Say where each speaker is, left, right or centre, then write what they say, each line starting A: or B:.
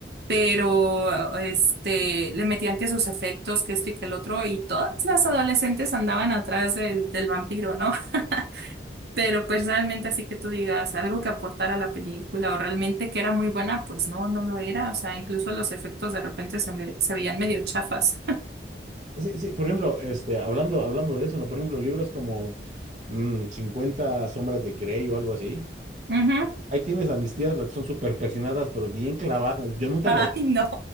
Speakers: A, on the right; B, on the right.
A: pero este, le metían que sus efectos, que esto y que el otro, y todas las adolescentes andaban atrás del, del vampiro, ¿no? <laughs> Pero pues realmente así que tú digas algo que aportara a la película o realmente que era muy buena, pues no, no lo era. O sea, incluso los efectos de repente se, me- se veían medio chafas.
B: Sí, sí, por ejemplo, este, hablando, hablando de eso, ¿no? Por ejemplo, libros como mm, 50 sombras de Grey o algo así.
A: <laughs> Ujú.
B: Ahí tienes a mis tías, las que son súper persinadas, pero bien clavadas. Yo nunca
A: Ay,
B: lo,
A: no.